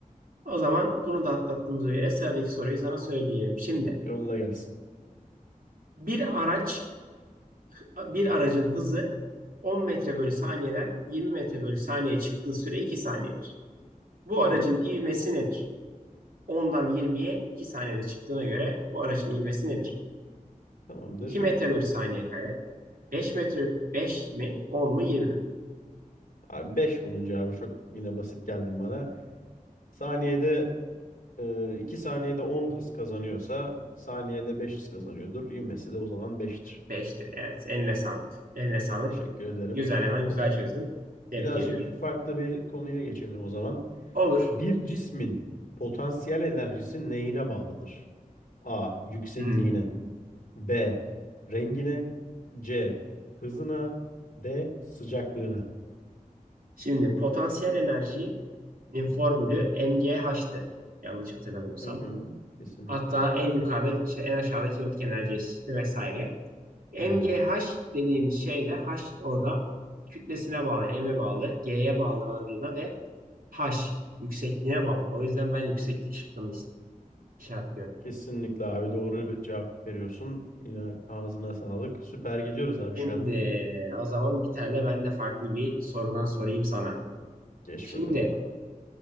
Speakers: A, on the right; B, on the left.
A: O zaman bunu da atlattığımıza göre sıradaki soruyu sana söyleyeyim. Şimdi
B: Yolla gelsin.
A: bir araç bir aracın hızı 10 metre bölü saniyeden 20 metre bölü saniye çıktığı süre 2 saniyedir. Bu aracın
B: Hı hı,
A: ivmesi nedir? 10'dan 20'ye 2 saniyede çıktığına göre bu aracın ivmesi nedir?
B: tamamdır.
A: 2 metre bölü saniye kare. 5 metre 5 mi 10 mu 20 mi?
B: Abi 5 bunun cevabı çok yine basit geldin bana. Saniyede e, 2 saniyede 10 hız kazanıyorsa saniyede 5 hız kazanıyordur. İvmesi de o zaman beştir.
A: 5'tir evet. Eline sağlık. Eline sağlık.
B: Teşekkür ederim.
A: Güzel hemen güzel
B: E,
A: çözdün. Tebrik
B: Birazcık
A: ediyorum.
B: farklı bir konuya geçelim o zaman.
A: Olur.
B: Bir cismin potansiyel enerjisi neyine bağlıdır? A. Yüksekliğine
A: Hmm.
B: B. Rengine C. Hızına D. Sıcaklığına.
A: Şimdi potansiyel enerjinin formülü MGH'tı. Yanlış hatırlamıyorsam.
B: Hı hı, kesinlikle.
A: Hatta en yukarıda işte en aşağıda kinetik enerji eşitliği vesaire. MGH
B: Aynen.
A: dediğimiz şey de H orada kütlesine bağlı, M'e bağlı, G'ye bağlı ağırlığına ve H yüksekliğine bağlı. O yüzden ben yükseklik şıkkını is- işaretliyorum.
B: Kesinlikle abi doğru bir cevap veriyorsun. Yine ağzına sağlık. Süper gidiyoruz abi şu
A: Şimdi
B: an.
A: o zaman bir tane de ben de farklı bir sorudan sorayım sana.
B: Geç
A: Şimdi
B: bakalım abi.